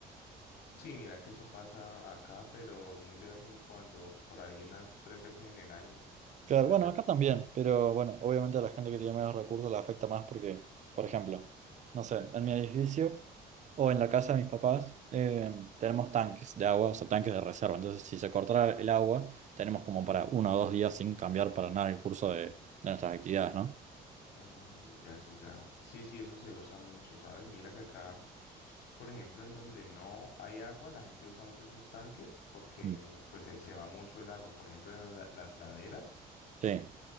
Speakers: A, on the left (about 75°); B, on the right (about 45°).
A: Sí, mira que eso pasa acá, pero muy de vez en cuando, por ahí unas tres veces en el año,
B: Claro,
A: allá.
B: bueno, acá también, pero bueno, obviamente a la gente que tiene menos recursos la afecta más porque, por ejemplo, no sé, en mi edificio o en la casa de mis papás eh, tenemos tanques de agua, o sea, tanques de reserva. Entonces, si se cortara el agua, tenemos como para uno o dos días sin cambiar para nada el curso de, de nuestras actividades, ¿no?
A: Mm, ya, ya, ya. Sí, sí, eso se usa mucho, ¿sabes? Mira que acá, por ejemplo, en donde no hay agua, la gente usa mucho esos tanques porque
B: Mm.
A: pues se, se va mucho el agua. Por ejemplo, en la- las laderas
B: Sí.